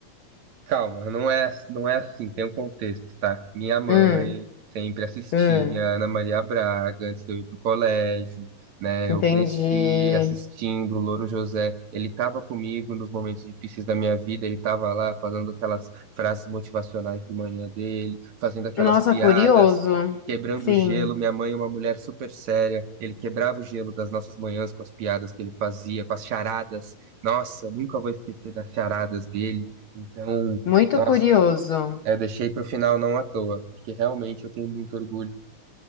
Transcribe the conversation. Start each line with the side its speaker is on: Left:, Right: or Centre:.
Right: Calma, não é, não é assim, tem um contexto, tá? Minha mãe
Left: Hum,
Right: sempre assistia
Left: hum,
Right: Ana Maria Braga antes de eu ir pro colégio, né?
Left: entendi.
Right: Eu cresci assistindo o Louro José, ele tava comigo nos momentos difíceis da minha vida, ele tava lá fazendo aquelas frases motivacionais de manhã dele, fazendo aquelas
Left: Nossa,
Right: piadas,
Left: curioso.
Right: quebrando
Left: Sim,
Right: o gelo. Minha mãe é uma mulher super séria, ele quebrava o gelo das nossas manhãs com as piadas que ele fazia, com as charadas. Nossa, nunca vou esquecer das charadas dele. Então,
Left: muito
Right: nossa,
Left: curioso.
Right: é deixei pro final não à toa, porque realmente eu tenho muito orgulho.